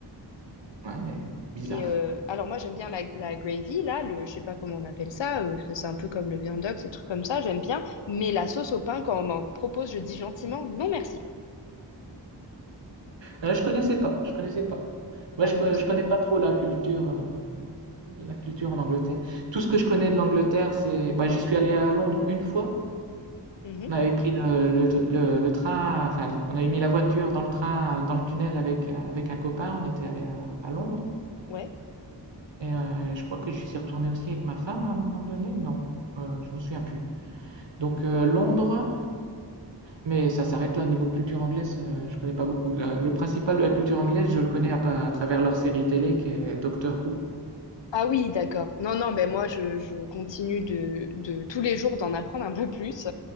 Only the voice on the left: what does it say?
Et euh, alors moi j'aime bien la, la gravy, là, le, je sais pas comment on appelle ça, euh, c'est c'est un peu comme le viandox, ces trucs comme ça, j'aime bien. Mais la sauce au pain, quand on m'en propose, je dis gentiment non merci.
Ah
non,
c'est...
Mhm,
ouais.
Ah oui, d'accord. Non, non, ben moi je, je continue de, de tous les jours d'en apprendre un peu plus.